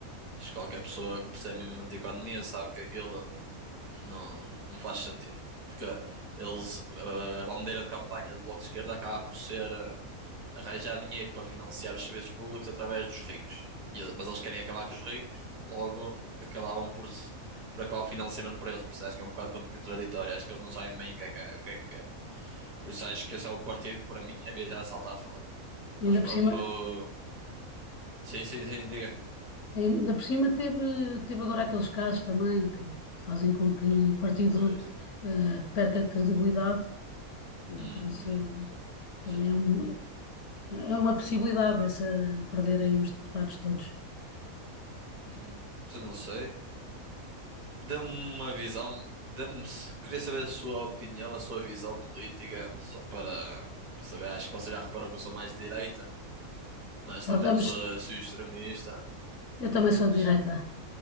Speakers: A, on the right; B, on the left.
A: Acho que qualquer pessoa que percebe minimamente de economia sabe que aquilo Não, não faz sentido. Porque eles, a bandeira de campanha do Bloco de Esquerda acaba por ser eh, arranjar dinheiro para financiar os serviços públicos através dos ricos. E e- mas eles querem acabar com os ricos, logo acabavam por, se- por acabar o financiamento para eles. Por isso acho que é um bocado contraditório. Acho que eles não sabem bem o que é que, o que é que querem. Por isso acho que esse é o partido que para mim havia já a saltar fora.
B: E
A: Mas
B: ainda
A: pronto,
B: por cima,
A: vou- sim, sim, sim, diga.
B: ainda por cima teve, teve agora aqueles casos também que fazem com que
A: Pois,
B: o partido
A: pois. eh,
B: eh, perca credibilidade e
A: Uhum.
B: por isso também
A: Já-
B: é, um- é uma possibilidade essa perderem os deputados todos.
A: hum, já não sei. Dê-me uma visão, dê-me, queria saber a sua opinião, a sua visão política, só para, para saber, acho que você já reparou que eu sou mais de direita, mas
B: Então,
A: também
B: estamos,
A: não sou assim extremista.
B: eu também
A: Pá,
B: sou
A: mas,
B: de direita.